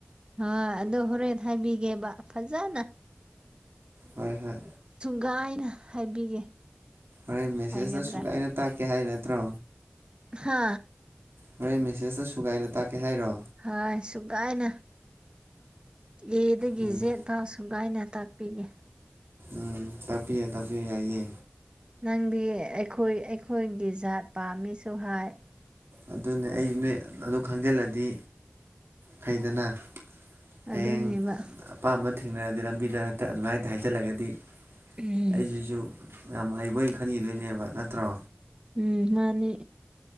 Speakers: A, on the right (about 25°); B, on the right (about 80°).
A: <unintelligible> ꯑꯗꯣ ꯍꯣꯔꯦꯟ ꯍꯥꯏꯕꯤꯒꯦꯕ ꯐꯖꯅ
B: ꯍꯣꯏ ꯍꯣꯏ
A: ꯒꯥꯏꯅ ꯍꯥꯏꯕꯤꯒꯦ
B: ꯍꯣꯔꯦꯟ ꯃꯦꯁꯦꯖꯇ
A: ꯍꯥꯏꯒꯗ꯭ꯔꯥ
B: ꯁꯨꯒꯥꯢꯅ ꯇꯥꯛꯀꯦ ꯍꯥꯏ ꯅꯠꯇ꯭ꯔꯣ
A: ꯍꯥ
B: ꯍꯣꯔꯦꯟ ꯃꯦꯁꯦꯁꯇ ꯁꯨꯒꯥꯏꯅ ꯇꯥꯛꯀꯦ ꯍꯥꯏꯔꯣ
A: ꯍꯣꯏ ꯁꯨꯒꯥꯏꯅ ꯑꯦꯗꯒꯤ
B: ꯎꯝ
A: ꯖꯦꯠ ꯐꯥꯎ ꯁꯨꯒꯥꯏꯅ ꯇꯥꯛꯄꯤꯒꯦ
B: ꯎꯝ ꯇꯞꯄꯤꯌꯨ ꯇꯥꯛꯄꯤꯌꯨ ꯌꯥꯏꯌꯦ
A: ꯅꯪꯗꯤ ꯑꯩꯈꯣꯏ ꯑꯩꯈꯣꯏꯒꯤ ꯖꯥꯠ ꯄꯥꯝꯃꯤꯁꯨ ꯍꯥꯏ
B: ꯑꯗꯨꯅꯦ ꯑꯩ ꯅꯣꯏ ꯑꯗꯨ ꯈꯪꯖꯤꯜꯂꯗꯤ ꯐꯩꯗꯅ ꯍꯌꯦꯡ
A: ꯑꯗꯨꯅꯦꯕ
B: ꯑꯄꯥꯝꯕ ꯊꯦꯡꯅꯔꯗꯤ ꯂꯝꯕꯤꯗ ꯍꯦꯛꯇ ꯑꯗꯨꯃꯥꯏ ꯍꯦꯛꯇꯥ ꯍꯥꯏꯖꯜꯂꯒꯗꯤ
A: ꯎꯝ
B: ꯑꯩꯁꯤꯁꯨ ꯌꯥꯝ ꯍꯩꯕꯣꯢꯟ ꯈꯟꯒꯤꯗꯣꯏꯅꯦꯕ ꯅꯠꯇ꯭ꯔꯣ
A: ꯎꯝ ꯃꯥꯟꯅꯤ